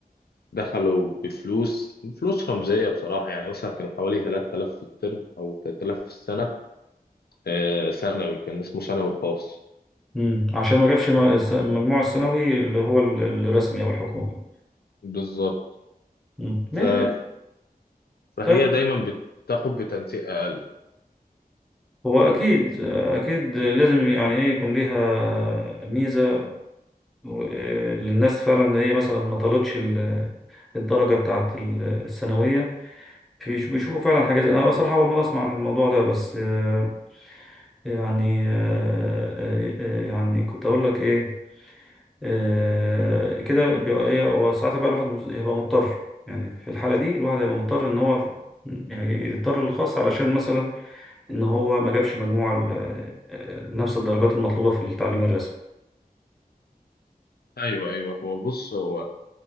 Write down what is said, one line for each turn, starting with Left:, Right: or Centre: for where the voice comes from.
Left: دخلوا بفلوس فلوس رمزية بصراحة يعني مثلا كان حوالي 3000 في الترم أو 3000 في السنة آه، ثانوي كان اسمه ثانوي خاص
Centre: مم. عشان ما جابش م- الس- المجموع الثانوي اللي هو ال- الرسمي او الحكومي
Left: بالظبط
Centre: مم.
Left: ف-
Centre: ما-
Left: فهي
Centre: طب
Left: دايما بتاخد بتنسيق أقل
Centre: هو اكيد اكيد لازم يعني ايه يكون ليها ميزة و- للناس فعلا ان هي مثلا ما طالتش ال- الدرجة بتاعت ال- الثانوية فيش- بيشوفوا فعلا حاجة زي انا بصراحة اول مرة اسمع عن الموضوع ده بس آه، يعني آه، آه، آه، يعني كنت اقول لك ايه آه، كده بيبقى ايه هو ساعتها بقى الواحد مز- هيبقى مضطر يعني في الحالة دي الواحد هيبقى مضطر ان هو يعني يضطر للخاص علشان مثلا ان هو ما جابش مجموع ال- آه، نفس الدرجات المطلوبة في التعليم الرسمي
Left: أيوه أيوه هو بص هو